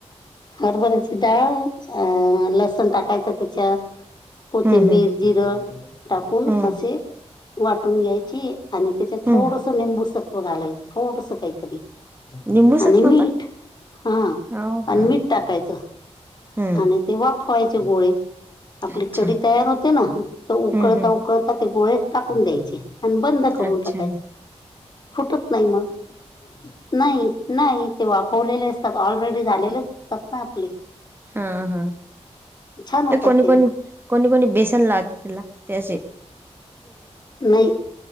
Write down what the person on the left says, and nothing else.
हरबरची डाळ अं लसण टाकायचं त्याच्यात कोथिंबीर
जिरं टाकून
असे वाटून घ्यायची आणि त्याच्यात थोडसं
निंबूसत्व घालायचं थोडस काहीतरी
आणि मीठ
हा
आणि
मीठ टाकायचं.
आणि ते वाफवाय ते गोळे आपली
कढी तयार होते ना तर उकळता
उकळता ते गोळे टाकून द्यायची आणि बंद करून
टाकायच फुटत नाही मग नाही नाही ते वाफवलेले असतात ऑलरेडी झालेलेच ना आपले
छान होतात
ते
नाही